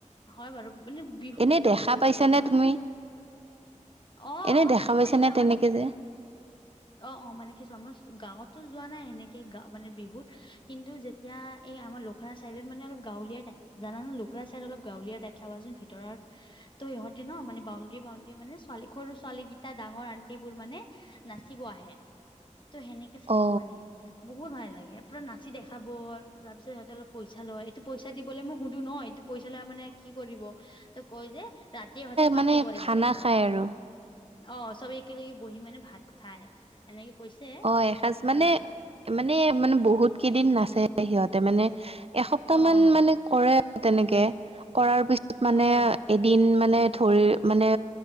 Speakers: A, on the left (about 40°); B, on the right (about 50°).
A: হয় বাৰু মানে বিহু
B: এনে
A: কিন্তু
B: দেখা
A: আমি বহুত
B: পাইছানে
A: চেলিব্ৰেট
B: তুমি
A: কৰো। অঁ,
B: এনে দেখা পাইছানে
A: মানে কি আমাৰ
B: তেনেকে
A: ল
B: যে
A: অঁ অঁ মানে কি চোৱা মই গাঁৱতটো যোৱা নাই এনেকে গা মানে বিহুত কিন্তু যেতিয়া এই আমাৰ লখৰা চাইডত মানে অলপ গাঁৱলীয়া টাইপ। জানানে লখৰা ছাইড অলপ গাঁৱলীয়া টাইপ চাবাচোন ভিতৰৰ ত' ইহঁতে ন মানে বাউণ্ডৰী বাউণ্ডৰী মানে ছোৱালী সৰু ছোৱালীকেইটা ডাঙৰ আণ্টিবোৰ মানে, নাচিব আহে ত' সেনেকে চাইছো
B: অ
A: মানে বহুত ভাল লাগে। পুৰা না চি দেখাব তাৰ পিছত সিহঁতে অলপ পইচা লয় এইটো পইচা দিবলৈ মোক সুধো ন এইটো পইচা লৈ মানে কি কৰিব ত' কয় যে ৰাতি সিহঁতে পাৰ্টি
B: মানে
A: কৰে
B: খানা
A: মানে।
B: খায় আৰু
A: অ' চবে একেলগে বহি মানে ভাত খাই এনেকে কৈছে,
B: অ এসাঁজ
A: ভাল
B: মানে
A: লাগে।
B: মানে মানে বহুত কেইদিন নাচে সিহঁতে মানে এসপ্তাহ
A: অ অ
B: মান মানে কৰে তেনেকে কৰাৰ পিছত মানে
A: হয়
B: এদিন মানে ধৰি মানে